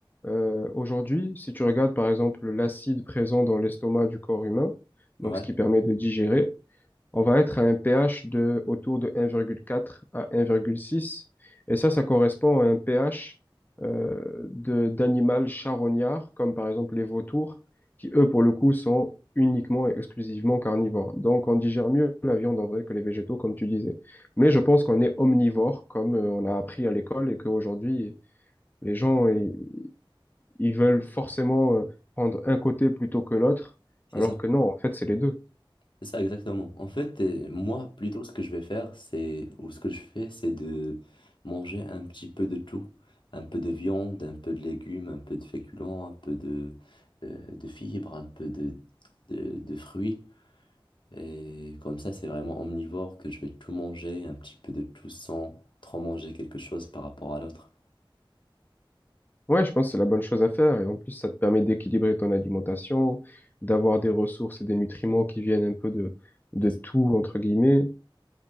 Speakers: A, on the left (about 20°); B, on the left (about 65°).
A: euh, aujourd'hui, si tu regardes par exemple l'acide présent dans l'estomac du corps humain, donc
B: Ouais,
A: ce qui permet de digérer, on va être à un pH de autour de 1,4 à 1,6. Et ça, ça correspond à un pH euh, de d'animal charognard, comme par exemple les vautours, qui eux, pour le coup, sont uniquement et exclusivement carnivores. Donc, on digère mieux la viande en vrai que les végétaux, comme tu disais. Mais je pense qu'on est omnivore, comme euh, on a appris à l'école, et qu'aujourd'hui, les gens, ils, ils veulent forcément euh, prendre un côté plutôt que l'autre,
B: c'est
A: alors
B: ça.
A: que non, en fait, c'est les deux.
B: C'est ça, exactement. En fait, euh, moi, plutôt, ce que je vais faire, c'est, ou ce que je fais, c'est de manger un petit peu de tout. Un peu de viande, un peu de légumes, un peu de féculents, un peu de, euh, de fibres, un peu de, de, de fruits. Et comme ça, c'est vraiment omnivore que je vais tout manger, un petit peu de tout sans trop manger quelque chose par rapport à l'autre.
A: Ouais, je pense que c'est la bonne chose à faire. Et en plus, ça te permet d'équilibrer ton alimentation, d'avoir des ressources et des nutriments qui viennent un peu de, de
B: C'est
A: tout,
B: ça.
A: entre guillemets.